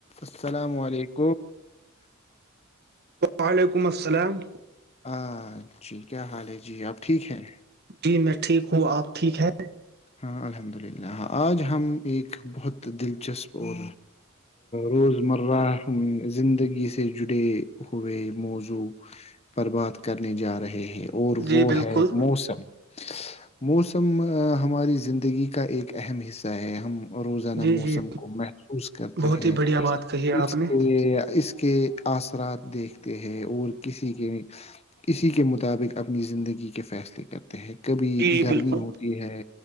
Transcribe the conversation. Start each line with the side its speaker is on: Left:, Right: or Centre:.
Left: السلام علیکم <unintelligible>
Right: وعلیکم السلام <unintelligible>
Left: ہاں جی کیا حال ہے جی آپ ٹھیک ہیں <unintelligible>
Right: جی میں ٹھیک ہوں آپ ٹھیک ہے
Left: ہاں الحمد للہ آج ہم ایک بہت دلچسپ اور روزمرہ زندگی سے جڑے ہوئے موضوع پر بات کرنے جا رہے ہیں <unintelligible> اور
Right: جی
Left: وہ
Right: بالکل
Left: ہے موسم <unintelligible> موسم <unintelligible> ہماری زندگی کا ایک اہم حصہ ہے ہم <unintelligible> روزانہ
Right: جی
Left: موسم
Right: جی
Left: کو محفوظ کرتے
Right: بہت
Left: ہیں
Right: ہی بڑھیا بات کہی ہے
Left: اس
Right: آپ نے
Left: کے اس <unintelligible> کے اثرات دیکھتے ہے اور کسی کے کسی کے مطابق اپنی زندگی کے فیصلے کرتے <unintelligible> کبھی
Right: جی
Left: گرمی
Right: بالکل
Left: ہوتی ہے